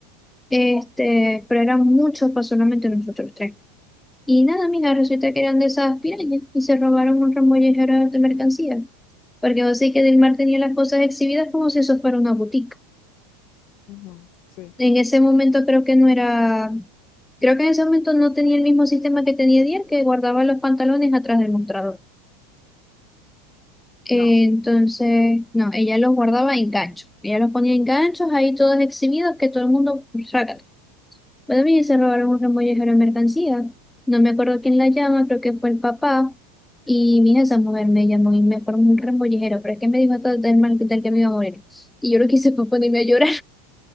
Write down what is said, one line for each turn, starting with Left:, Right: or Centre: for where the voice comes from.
Centre: Este, pero eran muchos para solamente nosotros tres. Y nada, mija, resulta que eran de esas pirañas y se robaron un remollejero de mercancía. Porque vos sé que Delmar tenía las cosas exhibidas como si eso fuera una boutique.
Left: ujú, Sí,
Centre: En ese momento creo que no era, creo que en ese momento no tenía el mismo sistema que tenía Dier, que guardaba los pantalones atrás del mostrador. Eh,
Left: no.
Centre: Entonces, no, ella los guardaba en ganchos. Ella los ponía en ganchos ahí todos exhibidos, que todo el mundo saca. también se robaron un remollejero de mercancía. No me acuerdo quién la llama, creo que fue el papá. Y mi hija, esa mujer me llamó y me formó un remollejero, pero es que me dijo hasta del mal del que me iba a morir. Y yo lo que hice fue <laughs> ponerme a llorar.